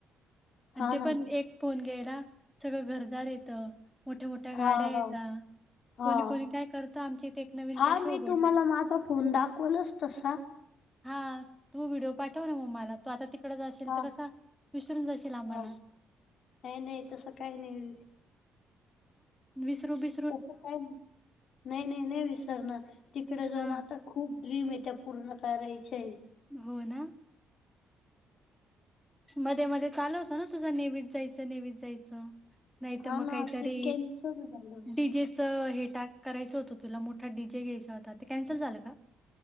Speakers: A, in the centre; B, on the left.
A: <inaudible> आणि
B: हा
A: ते
B: ना
A: पण एक फोन घ्यायला सगळं घरदार येतं मोठ्या मोठ्या गाड्या
B: हा हा
A: येतात.
B: हा
A: कोणी कोणी काय करतं आमचे इथ एक नवीन
B: हा
A: कॅफे
B: मी
A: उघडले.
B: तुम्हाला माझा फोन दाखवलच तसा
A: हा तुम्ही व्हिडिओ पाठव ना मग मला तो आता तिकड जाशील
B: हा
A: तर कसा विसरून जाशील आम्हाला
B: हा नाही नाही तसं काही नाही.
A: विसर बी
B: तस काही नाही नाही नाही विसरणार तिकडे जाऊन
A: हा
B: आता खूप ड्रीम यता्या पूर्ण करयचे.
A: होय ना? मध्ये मध्ये चालव होतं ना तुझं नेव्ही जायचं नेव्हीत जायचं. नाहीत
B: हा
A: मग
B: ना
A: काहीतरी
B: ते कॅन्सल झालं
A: डीजे चं हे टाक करायचं होतं तुला मोठा डी जे घ्यायचा होता ते कॅन्सल झालं का?